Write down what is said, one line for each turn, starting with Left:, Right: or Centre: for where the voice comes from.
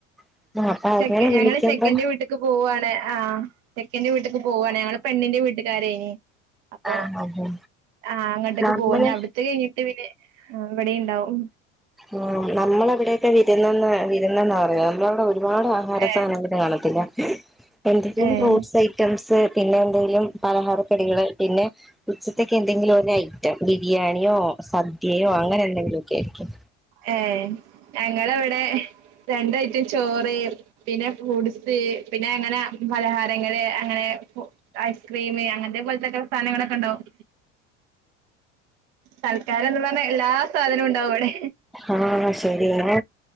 Centre: ആഹ് അപ്പൊ
Right: ചെക്ക
Centre: അങ്ങനെ വിളിക്കുമ്പോ
Right: ഞങ്ങള് ചെക്കന്റെ വീട്ടേക്ക് പോവുവാണെ ആ ചെക്കന്റെ വീട്ടിക്ക് പോകുവാണോ ഞങൾ പെണ്ണിന്റെ വീട്ടുകാരെ അപ്പൊ
Centre: ആഹ് ആഹ്
Right: ആഹ അങ്ങോട്ടൊക്കെ
Centre: നമ്മള്
Right: പോവാ അവിടത്ത കഴിഞ്ഞിട്ട് പിന്നെ ആ ഇവിടെണ്ടാവും
Centre: ആ നമ്മളെവിടെക്കെ വിരുന്ന വിരുന്നെന്നാ പറയാ നമ്മളവിടെ ഒരുപാട് ആഹാര
Right: ഏഹ്
Centre: സാധനങ്ങൾ കാണത്തില്ല ഉ എന്തെങ്കിലും
Right: ഏഹ്
Centre: ഫ്രൂട്ട്സ് ഐറ്റംസ് പിന്നെ <unintelligible> ങ്കിലും പലഹാരക്കടികള് പിന്നെ ഉച്ചത്തേക്കെന്തകിലും ഒരു ഐറ്റം ബിരിയാണിയോ സദ്യയോ അങ്ങനെ എന്തെങ്കിലും ഒ
Right: ഏ ഞങ്ങളവിടെ രണ്ടായിട്ടും ചോറ് പിന്നെ ഫ്രൂട്സ് പിന്നെ അങ്ങനെ പലഹാരങ്ങള് അങ്ങനെ ഐസ്ക്രീം അങ്ങനത്തെ പോലത്തെക്കെ സാധനങ്ങളൊക്കെ ഉണ്ടാവും തൽക്കാര എന്ന് പറ <unintelligible> എല്ലാ സാധനവും ഉണ്ടാവും അവിടെ
Centre: ആഹ ശരി ഞ